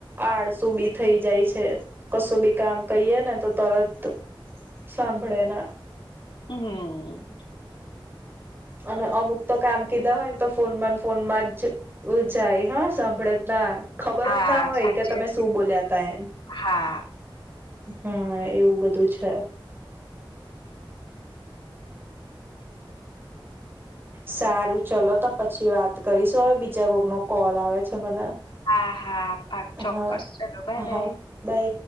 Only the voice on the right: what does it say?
આળસુ બી થઈ જાય છે કશું બી કામ કહીય ને તો તરત સાંભળે ના.
અને અમુક તો કામ કીધા હોય ને તો ફોન માં ફોનમાં જ જાય હા સાંભળે જ ના. ખબર
જ ના હોય
કે તમે
શું
બોલ્યા તા એમ
હમ્મ એવું બધું છે. સારું ચલો તો પછી વાત કરીશું હવે બીજા કોક નો કોલ આવે છે મને.
હા
હા
બાય